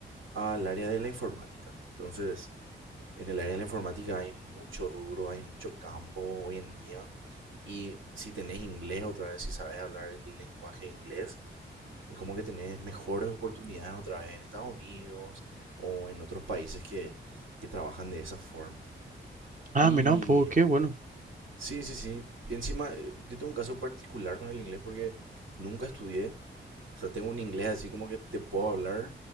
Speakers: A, on the right (about 75°); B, on the right (about 40°).
A: al área de la informática. Entonces, en el área de la informática hay mucho rubro, hay mucho campo hoy en día. Y si tenés inglés otra vez, si sabes hablar el lenguaje inglés, es como que tenés mejores oportunidades otra vez en Estados Unidos o en otros países que, que trabajan de esa forma.
B: Ah,
A: Y
B: mira un poco, qué bueno.
A: Sí, sí, sí. Y encima, eh, yo tengo un caso particular con el inglés porque nunca estudié. O sea, tengo un inglés así como que te puedo hablar,